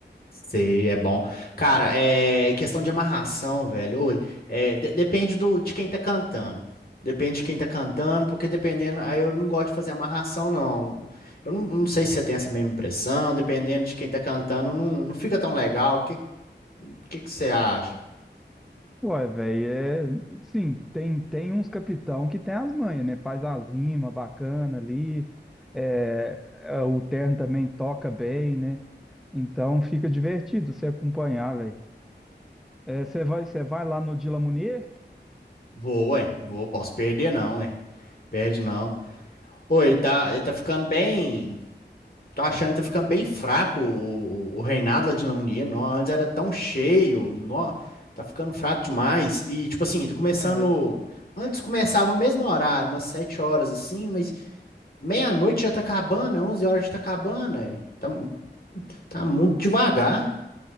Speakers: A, on the left (about 55°); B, in the centre.
A: Sei, é bom. Cara, é questão de amarração, velho. Oi, é, de- depende do, de quem tá cantando. Depende de quem tá cantando, porque dependendo. Aí eu não gosto de fazer amarração, não. Eu não, não sei se você tem essa mesma impressão. Dependendo de quem tá cantando, não, não fica tão legal. O que, que, que você acha?
B: Uai, velho, é. Sim, tem, tem uns capitão que tem as manhas, né? Faz as rimas bacana ali. é, é, o terno também toca bem, né? Então fica divertido você acompanhar, velho. você vai, você vai lá no Dila Munier?
A: Vou, ué. Vou, posso perder, não, ué. Perde não. Oi, ele tá, ele tá ficando bem. Tô achando que tá ficando bem fraco o, o reinado lá de Lamonier. Nó, Antes era tão cheio. Nó, tá ficando fraco demais. E, tipo assim, tá começando.
B: Não,
A: Antes começava o mesmo horário, umas 7 horas assim, mas meia-noite já tá acabando, 11 horas já tá acabando. aí. Tá, tá muito devagar.